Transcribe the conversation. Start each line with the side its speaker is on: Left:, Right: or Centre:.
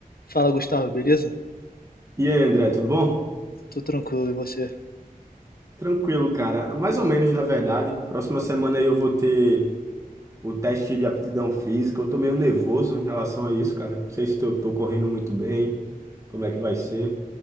Left: Fala, Gustavo, beleza?
Right: E aí, André, tudo bom?
Left: Tô tranquilo, e você?
Right: Tranquilo, cara. Mais ou menos, na verdade. Próxima semana aí eu vou ter o teste de aptidão física. Eu tô meio nervoso em relação a isso, cara. Não sei se eu tô correndo muito bem, como é que vai ser.